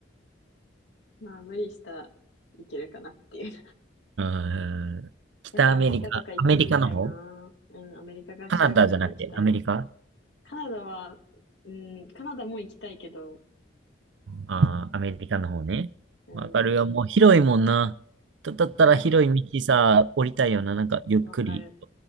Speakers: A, on the left; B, on the right.
A: まあ、無理したらいけるかなっていう。
B: うーん。北アメリカ、
A: やっぱアメリカとか行ってみたいな。
B: アメリカの方
A: うん、アメリカ合衆国行きたい。
B: カナダじゃなくて、アメリカ
A: カナダは、うん、カナダも行きたいけど、
B: あー、アメリカの方ね。
A: うん、
B: わかるよ。
A: アメリカ。
B: もう広いもんな。
A: 行
B: だだったら広い道さ、
A: きたい。
B: 降りたいよな。なんか、ゆっくり。
A: わかる。